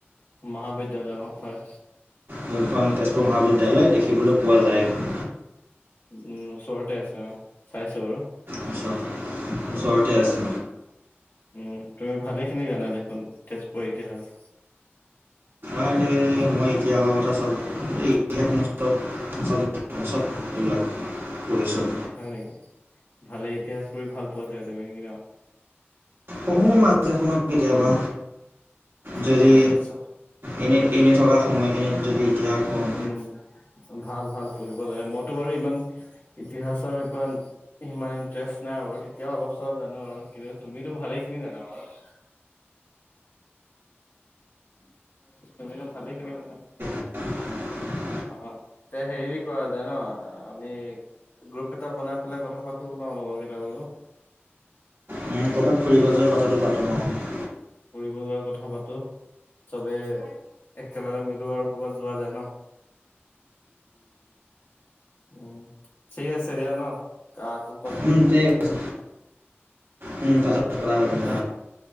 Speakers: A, on the left (about 55°); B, on the right (about 60°).
A: মহাবিদ্যালয় অ' হয়।
B: যোনখন তেজপুৰ মহাবিদ্যালয় দেখিবলৈ পোৱা যায়। এইখন
A: উম। উম, ওচৰতে আছে অ' চাইছোঁ বাৰু।
B: ওচ ওচৰতে আছে।
A: উম, উম, তুমি ভালেখিনি জানা দেখোন, তেজপুৰৰ ইতিহাস।
B: আৰে
A: ন
B: মই ইতিহাসৰ কথা চব, এই ইতিহাস মোৰ চব <unintelligible> চব এইবিলাক পঢ়িছোঁ।
A: হয় নেকি, ভালে ইতিহাস পঢ়ি ভাল পোৱা চাগে তুমি নেকি ন'?
B: পঢ়ো মাজে সময়ে কেতিয়াবা যদি
A: অ', আচ্ছা।
B: এনেই এনে থকা সময়খিনিত যদি ইতিহাস কম
A: উম, ভাল ভাল পঢ়িব লাগে, মইতো বাৰু ইমান ইতিহাচৰ সিমান ইমান ইণ্টাৰেষ্ট নাই বাৰু, তেতিয়াও অলপ চলপ জানো আৰু কিন্তু তুমি ভালেইখিনি জানা বাৰু। তুমিতো ভালেইখিনি জানা।
B: <inaudible>
A: অ' তে, হেৰি কৰা যায় ন' আমি গ্ৰুপ এটা বনাই পেলাই কথা পাতো ন' লগৰ কেইটাৰ লগত।
B: উম, ক'ৰবাত ফুৰিব যোৱাৰ কথাটো পাতোঁ অ'।
A: ফুৰিব যোৱাৰ কথা পাতো, চবে একেলগে মিলো আৰু কৰ'বাত যোৱা যায় ন। উম, ঠিক আছে দিয়া ন কাকো
B: উম ঠিক আছে। উম পাছত কথা পাতিম
A: ন